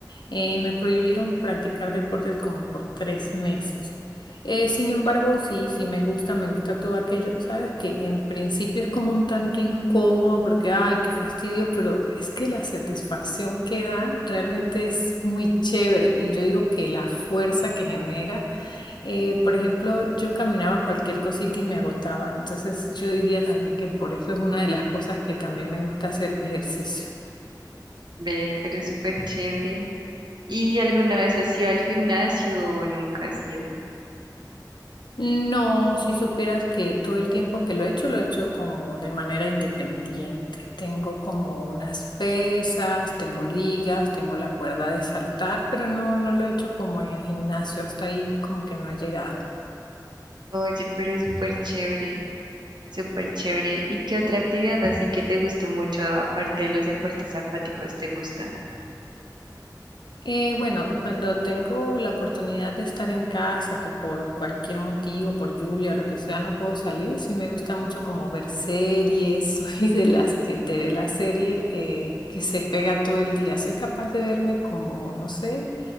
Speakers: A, on the left; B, on the right.
A: Eh, me prohibieron practicar deportes como por tres meses. Eh, sin embargo,
B: Uy,
A: sí, sí me gusta, me gusta todo aquello. Sabes que en principio es como un tanto incómodo porque, ay, qué fastidio, pero es que la satisfacción que da realmente es muy chévere. Y yo digo que la fuerza que genera, eh, por ejemplo, yo caminaba cualquier cosita y me agotaba. Entonces yo diría también que por eso es una de las cosas que también me gusta hacer ejercicio.
B: ven, pero es súper chévere. ¿Y alguna vez has ido al gimnasio o nunca has ido?
A: No, si supieras que todo el tiempo que lo he hecho, lo he hecho como de manera independiente. Tengo como unas pesas, tengo ligas, tengo la cuerda de saltar, pero no, no lo he hecho como en el gimnasio, hasta ahí como que no he llegado.
B: Oye, pero es súper chévere. Súper chévere. ¿Y qué otra actividad así que te guste mucho, aparte de los deportes acuáticos, te gusta?
A: Eh, bueno, cuando tengo la oportunidad de estar en casa, que por cualquier motivo, por lluvia o lo que sea, no puedo salir, sí me gusta mucho como ver series, <laughs> soy de las que te ve la serie eh, que se pega todo el día. Soy capaz de verme como, no sé,